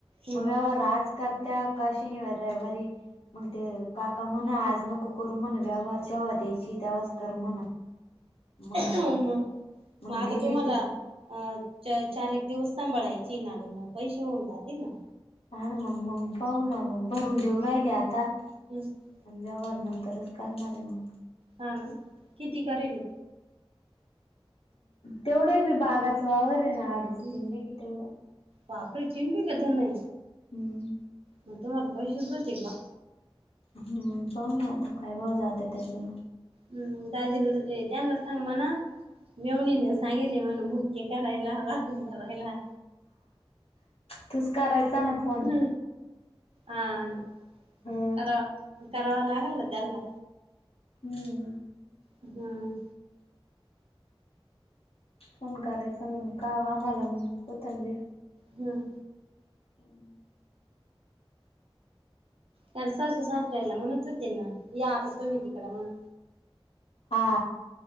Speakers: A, on the right (about 75°); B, on the left (about 85°).
A: हम्म
B: मग आज करत्यात का शनिवार रयावारी मग ते काका म्हणा आज नको करू म्हणा व्यवहार जेव्हा द्यायची तेव्हाच कर म्हणा. मंग
A: म
B: मग
A: म आता
B: गेले
A: तुम्हाला
B: ते
A: अ चा चार एक दिवस सांभाळायची ना मग पैसे होऊन जातील ना
B: का मग मग पाहू ना मंग भरून देऊ राहिले आता.
A: <unintelligible>
B: आणि व्यवहार नंतरच करणार ये मग
A: हा ना किती करिले.
B: तेवढं मी बाराच वावर हे ना आडीच
A: हम्म
B: तीन दे की तेवढं
A: बापरे! तीन दिले तुम्ही
B: हम्म
A: म तुम्हाला पैसेच होतील बा
B: हम्म पाहू ना आता काय भाव जातय त्याच्यावर
A: हम्म दाजीना ये त्यांना सांग म्हणा मेवणीने सांगेले म्हण मुटके करायला भाकरी करायला.
B: तूच करायचा ना फोन
A: ह आ ना
B: हम्म.
A: करा करावा लागल ना त्यांला
B: हम्म.
A: हम्म
B: फोन करायचा म्हणून का आम्हाला कोतंडी
A: हम्
B: हं
A: पण सासू-सासर्‍याला म्हणत होते ना या आता तुम्ही म्हणून
B: हा